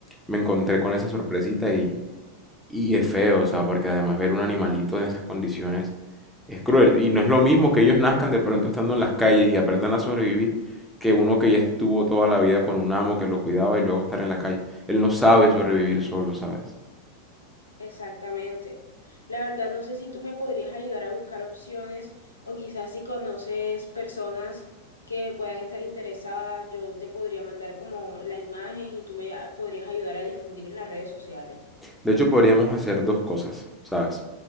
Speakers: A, in the centre; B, on the left.
A: me encontré con esa sorpresita y Y es feo, o sea, porque además ver un animalito en esas condiciones es cruel. Y no es lo mismo que ellos nazcan de pronto estando en las calles y aprendan a sobrevivir que uno que ya estuvo toda la vida con un amo que lo cuidaba y luego estar en la calle. Él no sabe sobrevivir solo, ¿sabes?
B: Exactamente. La verdad, no sé si tú me podrías ayudar a buscar opciones o quizás si conoces personas que puedan estar interesadas, yo te podría mandar como la imagen y tú me a- podrías ayudar a difundir en las redes sociales.
A: De hecho, podríamos hacer dos cosas, ¿sabes?